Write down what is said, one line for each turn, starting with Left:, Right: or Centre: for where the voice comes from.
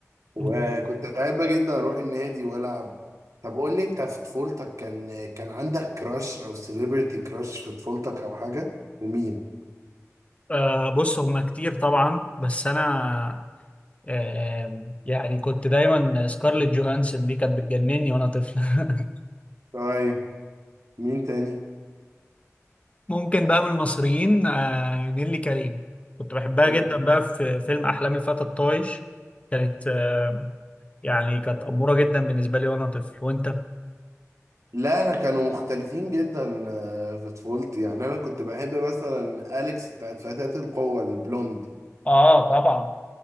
Right: وكنت
Left: <laughs>
Right: بحب جدا اروح النادي والعب طب قول لي انت في طفولتك كان كان عندك كراش او سيليبرتي كراش في طفولتك او حاجه ومين
Left: آه بص هما كتير طبعا بس انا آه يعني كنت دايما سكارليت جوهانسون دي كانت بتجنني وانا طفل <laughs>
Right: طيب مين تاني
Left: ممكن بقى من المصريين آه، نيللي كريم كنت بحبها
Right: مم.
Left: جدا بقى في فيلم أحلام الفتى الطايش كانت آه، يعني كانت أمورة جدا بالنسبة لي وأنا طفل وأنت
Right: لا انا كانوا مختلفين جدا آه، في طفولتي يعني انا كنت بحب مثلا اليكس بتاعت فتاة القوة البلوند
Left: اه طبعا